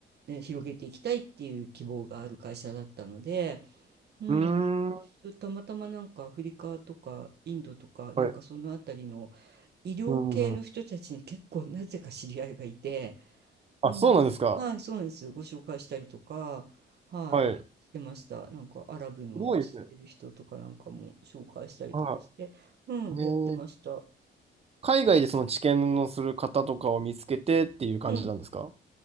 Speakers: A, on the right; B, on the right.
A: ね、広げていきたいっていう希望がある会社だったので、うん、
B: ーん。
A: 私たまたまなんかアフリカとかインドとかなんかそのあたりの
B: はい。
A: 医療系の人たちに結構なぜか知り合いがいて、
B: うんうん。あ、
A: うん、
B: そうなんですか。
A: はい、そうなんです。ご紹介したりとか、はい、
B: はい。す
A: してました。なんかアラブの知ってる人とかなんかも紹介したりとかして、
B: ごいですね。は
A: うん、
B: い。ねえ
A: やってました。
B: 海外でその治験のする方とかを見つけてっていう感じなんですか
A: うん。